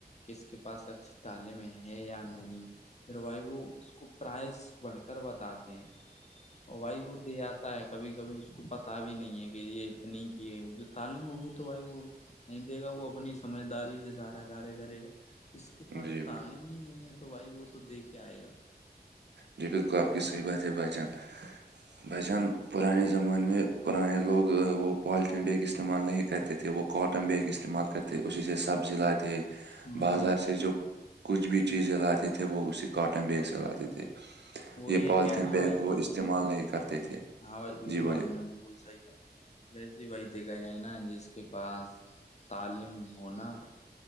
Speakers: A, on the left; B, on the right.
A: کس کے پاس اچھی تعلیمیں ہے یا نہیں پھر بھائی وہ اس کو پرائز بڑھ کر بتاتے ہیں ا بھائی وہ دے آتا ہے کبھی کبھی اس کو پتا بھی نہیں ہے کہ یہ اتنی کی جو تعلیم ہوگی تو بھائی وہ نہیں دے گا وہ اپنی سمجھداری سے سارا کاریہ کرے گا اس کے پاس
B: جی بالکل
A: تعلیم ہی نہیں ہے تو بھائی وہ تو دے کے آئے گا
B: جی پت کو آپ کی صحیح بات ہے بھائی جان بس جن پرانے زمانے میں پرانے لوگ وہ پالتین بیک استعمال نہیں کرتے تھے وہ کاٹن بیگ استعمال کرتےے اسی سے سبزی لائے تھے
A: ہاں
B: بازار
A: جی
B: سے جو کچھ بھی چیزیں لاتے تھے وہ اسی کاٹن بیگ سے لاتے تھے
A: وہی
B: یہ
A: ہے
B: پالیتھیین
A: کیا نا
B: بیگ
A: بھائی
B: وہ استعمال نہیں کرتے تھے
A: ہاں بھائی بالکل
B: جی بولے
A: ہم نے بالکل صحی کہ ویسے وہی دیکھا جائے نا جس کے پاس تعلیم ہونا